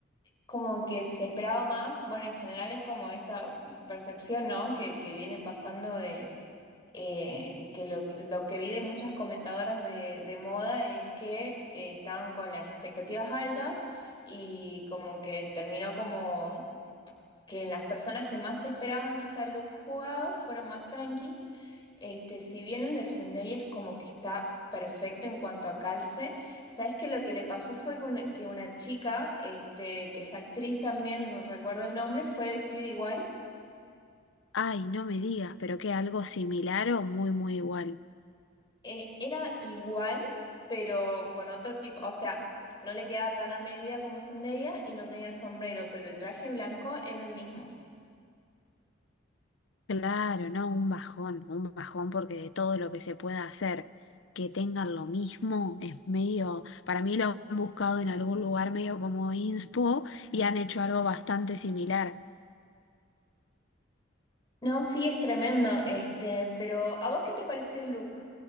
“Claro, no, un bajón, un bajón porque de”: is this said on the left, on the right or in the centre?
Left